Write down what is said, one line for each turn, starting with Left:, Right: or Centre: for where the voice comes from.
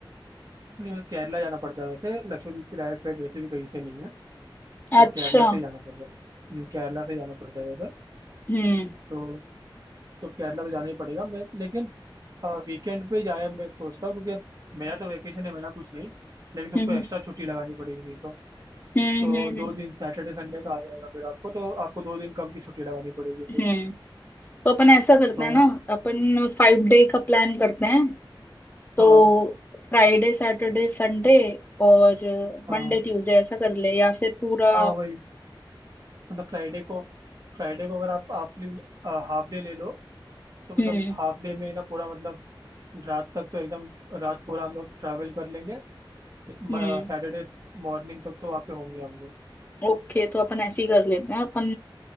Right: नहीं मतलब केरला जाना पड़ता है वैसे लक्षद्वीप की डायरेक्ट फ्लाइट वैसे भी कहीं से नहीं है तो
Left: अच्छा
Right: केरला से जाना पड़ रहा है हम्म, केरला से जाना पड़ता है वैसे
Left: हम्म
Right: तो तो केरला तो जाना ही पड़ेगा मैं लेकिन वीकेंड पे जाए मैं सोचता हूँ क्योंकि मेरा तो वेकेशन है मेरा कुछ नहीं लेकिन तुमको
Left: हम्म
Right: एक्स्ट्रा छुट्टी लगानी पड़ेगी नहीं तो
Left: हम्म
Right: तो
Left: हम्म हम्म
Right: दो
Left: हम्म।
Right: दिन सैटरडे संडे का आ जाएगा फिर आपको तो आपको दो दिन कम की छुट्टी लगानी पड़ेगी फिर
Left: हम्म। तो अपन ऐसा करते
Right: तो
Left: हैं ना अपन फाइव डे का प्लान करते हैं तो
Right: हाँ
Left: फ्राइडे सैटरडे संडे और
Right: हाँ
Left: मंडे ट्यूसडे ऐसा कर ले या फिर पूरा
Right: हाँ वही मतलब फ्राइडे को फ्राइडे को अगर आप हाफ हाफ डे ले लो तो मतलब
Left: हम्म
Right: हाफ डे में ना पूरा मतलब रात तक तो एकदम रात पूरा हम लोग ट्रैवल कर लेंगे सैटरडे
Left: हम्म
Right: मॉर्निंग तक तो वहाँ पे होंगे हम लोग
Left: ओके तो अपन ऐसे ही कर लेते हैं अपन